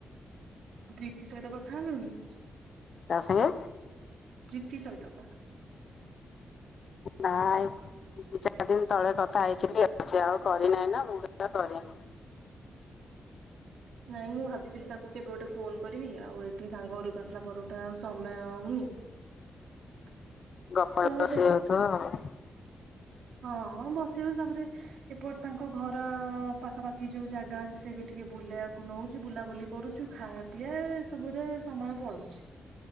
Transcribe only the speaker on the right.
ପ୍ରୀତି ସହିତ କଥା ହେଲୁଣି?
ପ୍ରିତି ସହିତ ପା।
ନାଇଁ ମୁଁ ଭାବିଥିଲି ତାକୁ କେବେ ଗୋଟେ ଫୋନ୍ କରିବ, ଆଉ ଏଠି ସାଙ୍ଗ ଘରକୁ ଆସିଲା ପରଠୁ ଆଉ ସମୟ ହଉନି। <unintelligible>
ଦେ
ହଁ ବସିବ ସାବରେ ଏପଟେ ତାଙ୍କ ଘର ପାଖାପାଖି ଯୋଉ ଜାଗା ଅଛି ସେ ବି ଟିକେ ବୁଲେଇଆକୁ ନଉଛି। ବୁଲାବୁଲି କରୁଛୁ, ଖାଇଆ ପିଆ ଏ ସବୁରେ ସମୟ ପଳଉଛି।